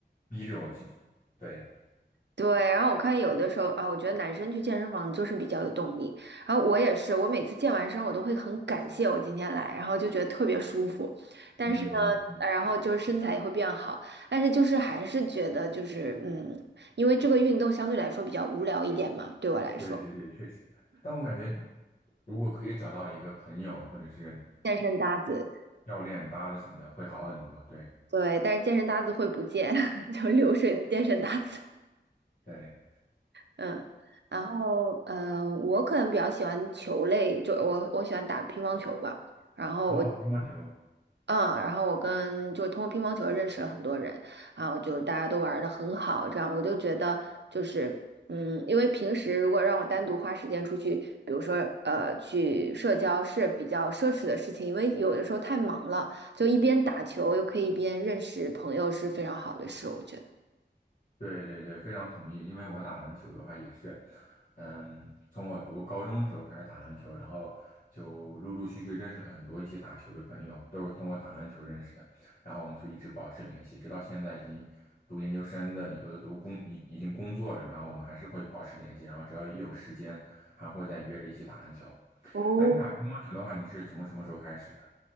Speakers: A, on the left (about 45°); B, on the right (about 65°).
A: 逼着我去，对，
B: 对，然后我看有的时候啊，我觉得男生去健身房就是比较有动力。然后我也是，我每次健完身，我都会很感谢我今天来，然后就觉得特别舒服。但是呢，
A: 嗯嗯嗯。
B: 呃然后就是身材也会变好，但是就是还是觉得就是嗯，因为这个运动相对来说比较无聊一点嘛，对我来说，
A: 对对对，确实。但我感觉，如果可以找到一个朋友或者是
B: 健身搭子，
A: 教练搭的什么的，会好很多。对
B: 对，但是健身搭子会不见，<laughs> 就流水的健身搭子。
A: 对，
B: 嗯，然后嗯、呃我可能比较喜欢球类，就我我喜欢打乒乓球吧。然后我
A: 哦，乒乓球，
B: 嗯，然后我跟就通过乒乓球认识了很多人，然后就是大家都玩的很好，这样我就觉得就是嗯，因为平时如果让我单独花时间出去，比如说呃去社交是比较奢侈的事情，因为有的时候太忙了，就一边打球又可以一边认识朋友是非常好的事，我觉得。
A: 对对对，非常同意。因为我打篮球的话也是，嗯，从我读高中的时候开始打篮球，然后就陆陆续续认识了很多一起打球的朋友，都是通过打篮球认识的。然后我们就一直保持联系，直到现在已经读研究生的，有的读工已已经工作了，然后我们还是会保持联系，然后只要一有时间，还会再约着一起打篮球。
B: 哦，
A: 那你打乒乓球的话，你是从什么时候开始的？